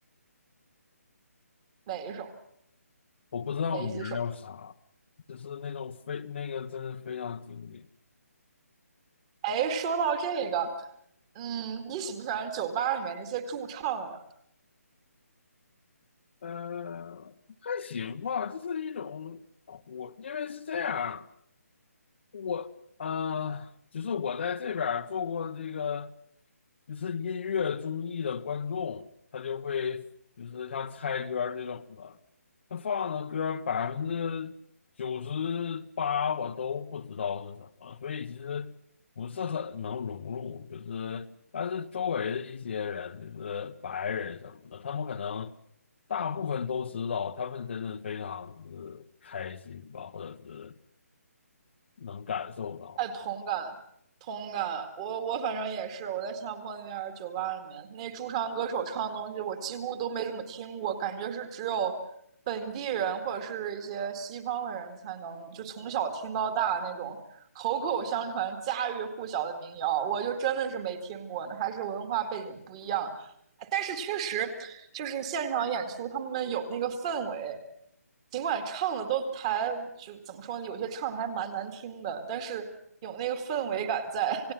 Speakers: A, on the right (about 20°); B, on the left (about 45°).
A: 哪一首？
B: 我不知道名儿叫啥，
A: 哪几首？
B: 就是那种非那个真是非常经典。
A: 哎，说到这个，嗯，你喜不喜欢酒吧里面那些驻唱呀？
B: 呃，还行吧，就是一种火，因为是这样。我呃，就是我在这边儿做过这个，就是音乐综艺的观众，他就会就是像猜歌儿这种的，他放的歌百分之九十八我都不知道是什么，所以其实不是很能融入。就是，但是周围的一些人，就是白人什么的，他们可能大部分都知道，他们真的非常就是开心吧，或者是能感受到。
A: 哎，同感，同感。我我反正也是，我在新加坡那边儿酒吧里面，那驻唱歌手唱的东西，我几乎都没怎么听过，感觉是只有本地人或者是一些西方的人才能，就从小听到大那种口口相传、家喻户晓的民谣，我就真的是没听过呢，还是文化背景不一样。但是确实就是现场演出，他们有那个氛围，尽管唱的都还就怎么说呢，有些唱的还蛮难听的，但是有那个氛围感在，